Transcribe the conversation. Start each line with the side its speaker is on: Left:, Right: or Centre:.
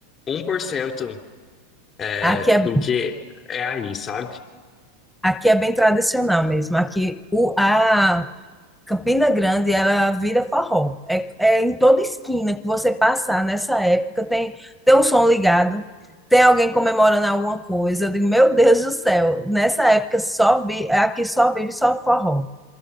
Left: 1%, é,
Centre: Aqui é,
Left: do que é aí, sabe?
Centre: aqui é bem tradicional mesmo. Aqui o, a, Campina Grande, ela vira forró. É, é em toda esquina que você passar nessa época, tem, tem um som ligado, tem alguém comemorando alguma coisa. Eu digo, meu Deus do céu, nessa época só vi, aqui só vive só forró.